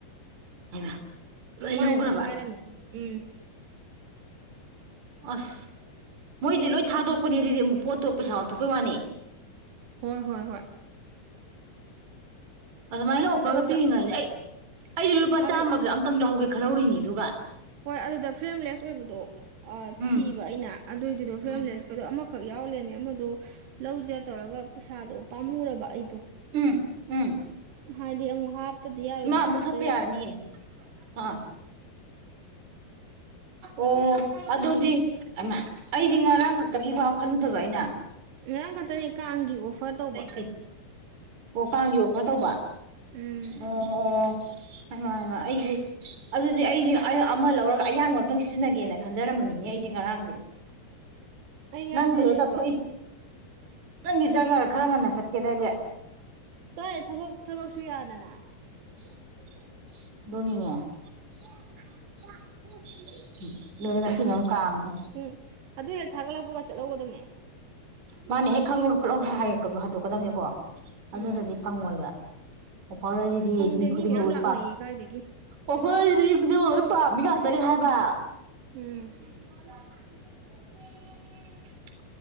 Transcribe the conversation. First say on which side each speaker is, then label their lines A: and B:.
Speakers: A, on the right; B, on the right.
A: ꯍꯩꯃꯥ ꯂꯣꯏ
B: ꯃꯃꯥꯏ
A: ꯂꯧꯒ꯭ꯔꯕ
B: ꯑꯝꯇꯪ ꯉꯥꯏꯔꯝꯃꯦ ꯎꯝ
A: ꯑꯁ ꯃꯣꯏꯗꯤ ꯂꯣꯏ ꯊꯥꯗꯣꯛꯄꯅꯦ ꯑꯗꯨꯗꯤ ꯑꯃꯨꯛ ꯄꯣꯠꯇꯣ ꯄꯩꯁꯥ ꯑꯣꯟꯊꯣꯛꯄꯩ ꯋꯥꯅꯤ
B: ꯍꯣꯏ ꯍꯣꯏ ꯍꯣꯏ
A: ꯑꯗꯨꯃꯥꯏꯅ ꯑꯣꯐꯔꯒ
B: ꯑꯗꯨꯗ
A: ꯄꯤꯔꯤꯉꯩꯗ ꯑꯩ ꯑꯩꯗꯤ ꯂꯨꯄꯥ
B: ꯑꯗꯨ
A: ꯆꯥꯝꯃꯒ ꯑꯝꯇꯪ ꯂꯧꯍꯧꯒꯦ ꯈꯜꯍꯧꯔꯤꯅꯤ ꯑꯗꯨꯒ
B: ꯍꯣꯏ ꯑꯗꯨꯗ ꯐ꯭ꯔꯦꯝꯂꯦꯁ ꯑꯣꯏꯕꯗꯣ ꯑꯥ
A: ꯎꯝ
B: ꯊꯤꯕ ꯑꯩꯅ ꯑꯗꯨꯏꯗꯨꯗꯣ ꯐ꯭ꯔꯦꯝꯂꯦꯁ
A: ꯎꯝ
B: ꯀꯗꯣ ꯑꯃꯈꯛ ꯌꯥꯎ ꯂꯩꯝꯃꯦ ꯑꯃꯗꯣ <unintelligible> ꯂꯧꯖꯦ ꯇꯧꯔꯒ ꯄꯩꯁꯥꯗꯣ ꯄꯥꯝꯃꯨꯔꯕ ꯑꯩꯗꯣ
A: ꯎꯝ ꯎꯝ
B: ꯍꯥꯏꯗꯤ ꯑꯃꯨꯛ ꯍꯥꯞꯇꯗꯤ ꯌꯥꯔꯣꯏꯗꯅ
A: ꯏꯃꯥ ꯃꯨꯠꯊꯠꯄ
B: ꯑꯗꯨ ꯌꯥ
A: ꯌꯥꯔꯅꯤꯌꯦ ꯑꯥ ꯑꯣ ꯑꯗꯨꯗꯤ ꯑꯩꯗꯤ ꯉꯔꯥꯡꯈꯛ ꯇꯒꯤꯐꯎ ꯈꯜꯂꯨꯗꯕ ꯑꯩꯅ
B: ꯉꯔꯥꯡ ꯈꯛꯇꯅꯦ ꯀꯥꯡꯒꯤ ꯑꯣꯐꯔ ꯇꯧꯕ
A: ꯂꯩꯇꯦ ꯑꯣ ꯀꯥꯡꯒꯤ ꯑꯣꯐꯔ ꯇꯧꯕ
B: ꯎꯝ
A: ꯑꯣ ꯑꯣ ꯑꯗꯨꯃꯅ ꯑꯩꯁ ꯑꯗꯨꯗꯤ ꯑꯩꯗꯤ ꯑꯃ ꯂꯧꯔꯒ ꯑꯌꯥꯝꯡꯕ ꯑꯝꯛꯇꯪ ꯁꯤꯖꯤꯟꯅꯒꯦꯅ ꯈꯟꯖꯔꯝꯕꯅꯤꯅꯦ ꯑꯩꯁꯦ ꯉꯔꯥꯡꯁꯦ
B: ꯑꯩ ꯉꯔꯥꯡ
A: ꯅꯪꯗꯤ
B: ꯆꯠꯂꯨꯏꯕ
A: ꯍ ꯆꯠꯊꯣꯛꯏ ꯅꯪꯗꯤ ꯆꯪꯉ ꯈꯔ ꯉꯟꯅ ꯆꯠꯀꯦꯗꯏꯗꯤ
B: ꯀꯥꯏ ꯊꯕꯛ ꯊꯕꯛꯁꯨ ꯌꯥꯗꯅ
A: <inaudible> ꯗꯣꯅꯤꯡꯉꯦ <inaudible> <unintelligible> ꯂꯣꯏꯔꯦ ꯉꯁꯤꯅꯃꯨꯛ ꯀꯥꯡꯉꯨ
B: ꯎꯝ ꯑꯗꯨ ꯍꯦꯛ ꯊꯥꯒꯠꯂꯛꯄꯒ ꯆꯠꯍꯧꯒꯗꯕꯅꯦ
A: ꯃꯥꯅ ꯍꯦꯛ ꯈꯪꯕꯒ ꯈꯨꯠꯂꯥꯎ ꯍꯥ -ꯍꯥꯏ ꯔꯛꯀ - ꯍꯥꯏꯗꯣꯛꯀꯗꯕꯅꯤꯀꯣ ꯑꯗꯨ
B: ꯎꯝ
A: ꯅꯠꯇ꯭ꯔꯗꯤ ꯐꯪꯉꯣꯏꯕ ꯑꯣꯐꯔ ꯍꯥꯏꯖꯤꯗꯤ
B: ꯑꯁ ꯐꯪꯗꯦ
A: ꯃꯤ ꯈꯨꯗꯤꯡꯃꯛ
B: ꯃꯌꯥꯝ
A: ꯂꯣꯏ
B: ꯂꯥꯛꯅꯩꯌꯦ
A: ꯄꯝ
B: ꯀꯥꯏꯗꯒꯤ
A: ꯑꯣꯈꯣꯏꯗꯤ ꯈꯨꯗꯤꯡꯃꯛ ꯂꯣꯏ ꯄꯥꯝꯃꯤ ꯉꯥꯛꯇꯅꯤ ꯍꯥꯏꯕ
B: ꯎꯝ
A: <inaudible> ꯎ